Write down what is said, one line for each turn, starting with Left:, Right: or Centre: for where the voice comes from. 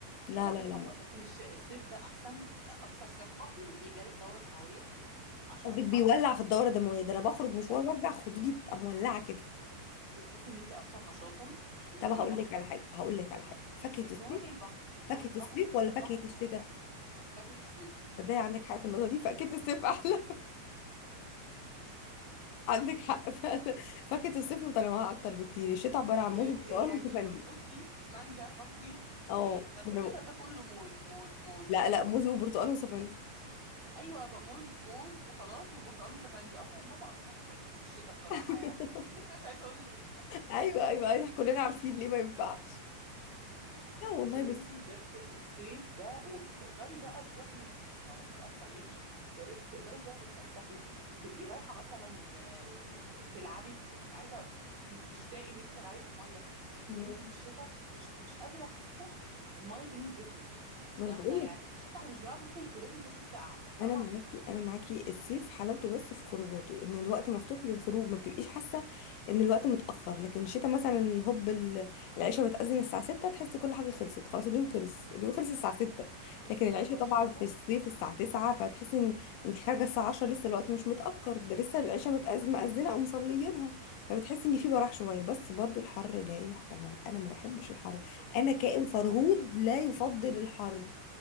Left: لا
Right: ولا بيحوق
Left: لا لا لا
Right: لكن الش- الصيف ده احسن اكثر صحه بي- بيجري الدوره الدمويه عشان
Left: قصدك
Right: الحر
Left: بيولع في الدوره الدمويه ده انا بخرج مشوار
Right: لا
Left: وارجع خدودي بتبقى مولعه كده
Right: بتحسي ان انت اكثر نشاطا بتروحي
Left: طب هقول
Right: البحر
Left: لك على حاجه هقول لك على حاجه فاكهه
Right: بتروحي
Left: الصيف
Right: البحر بتروحي
Left: فاكهة
Right: البحر
Left: الصيف
Right: بتروحي
Left: ولا
Right: البحر
Left: فاكهة
Right: بتروحي
Left: الشتاء
Right: البحر فاكهه الصيف
Left: تصدقي عندك حق في النقطة دي فاكهة الصيف أحلى <laughs> عندك حق فعلا فاكهة الصيف متنوعة أكتر بكتير الشتاء عبارة عن
Right: ي-
Left: موز وبرتقال
Right: يعني
Left: وسفندي
Right: بصي مانجا بطيخ
Left: اه
Right: في ايه ده الشتاء
Left: ما أنا بقول-
Right: ده كله موز موز موز
Left: لا
Right: موز
Left: لا موز وبرتقال وسفندي
Right: ايوه موز موز وخلاص وبرتقال وسفندي اصلا ان هم اصلا المفروض ما ينزلوش في الشتاء بصراحه
Left: <laughs>
Right: يعني <laughs> مش عايزه اقول ليه
Left: أيوه أيوه إحنا كلنا عارفين ليه ما ينفعش لا والله
Right: يا بنتي
Left: بس
Right: بجد الصيف ده وتقدري بقى تروحي ت- تقعدي بقى تصيفي تقدري تقدري تروحي تتفسحي تبقي رايحه مثلا آه، تلعبي في تبقي عايزه تشتاقي ان انت تلعبي في الميه لكن
Left: مم.
Right: انت في الشتاء مش مش قادره حتى الميه تلمس جسمك يعني
Left: ما
Right: ده
Left: أنا
Right: احنا
Left: بقول لك
Right: يعني في الشتاء احنا مش بنعرف ندخل التواليت من كتر السقعه حرام
Left: انا معاكي
Right: عليكي
Left: انا معاكي الصيف حلاوته بس في خروجاته ان الوقت مفتوح للخروج ما بتبقيش حاسه ان الوقت متاخر لكن الشتاء مثلا هوب ال- العشاء بتاذن الساعه 6 تحسي كل حاجه خلصت خلاص اليوم خلص اليوم خلص الساعه 6 لكن العشاء
Right: هو الشتاء
Left: طبعا في الصيف الساعه 9 فتحسي ان انت خارجه الساعه 10 لسه الوقت مش متاخر ده لسه العشاء متأذ- مأذنه او مصليينها فبتحسي ان في براح شويه بس برضو الحر لا يحتمل انا ما بحبش الحر
Right: يا بنتي
Left: انا كائن
Right: في
Left: فرهود
Right: حياه
Left: لا يفضل الحر